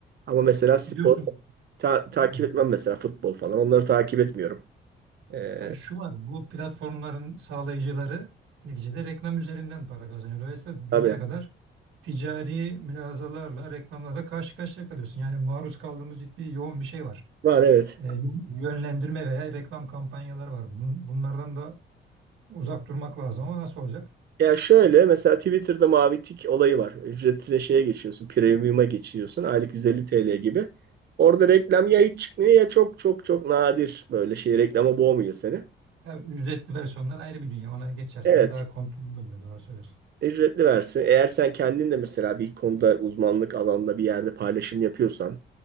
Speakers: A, on the right; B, on the right.
A: Ama mesela spor
B: Biliyorsun
A: ta- takip
B: yani,
A: etmem mesela futbol falan. Onları takip etmiyorum. E,
B: yani şu var, bu platformların sağlayıcıları neticede reklam üzerinden para kazanıyor. Dolayısıyla
A: tabii
B: dünya kadar ticari mülazalarla, reklamlarla karşı karşıya kalıyorsun. Yani maruz kaldığımız ciddi yoğun bir şey var.
A: var evet.
B: Ee, yönlendirme veya reklam kampanyaları var. Bun- Bunlardan da uzak durmak lazım ama nasıl olacak?
A: Ya şöyle mesela Twitter'da mavi tik olayı var. Ücretine şeye geçiyorsun, premium'a geçiyorsun. Aylık 150 TL gibi. Orada reklam ya hiç çıkmıyor ya çok çok çok nadir böyle şey reklama boğmuyor seni.
B: Ya, ücretli versiyonlar ayrı bir dünya. Ona geçersen
A: Evet,
B: daha kontrollü oluyor. Doğru söylüyorsun.
A: ücretli versiyon. Eğer sen kendin de mesela bir konuda uzmanlık alanda bir yerde paylaşım yapıyorsan